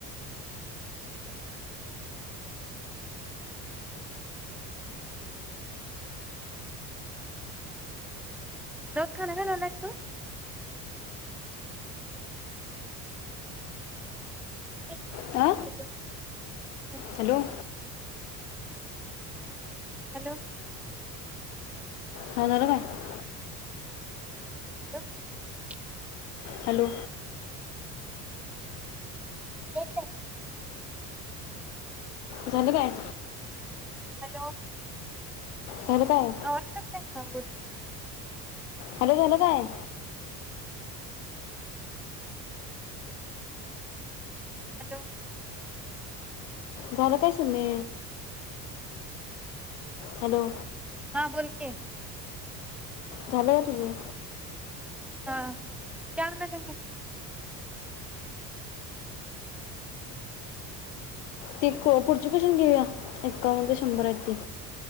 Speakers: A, in the centre; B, on the left (about 60°).
A: रत खाना का झालास तू? ये
B: हा
A: अ <inaudible>
B: हॅलो
A: हॅलो
B: हा झालं काय
A: <unintelligible>
B: हॅलो
A: एट
B: झालं काय?
A: हॅलो <unintelligible>
B: झालं काय हॅलो झालं काय?
A: हॅलो
B: झालं काय सुमे हॅलो
A: हा बोल की,
B: झालंय तुझं?
A: हा त्यानंतर
B: ती को पुढची क्वेशन घेऊया एकावन ते शंभर आहेत ती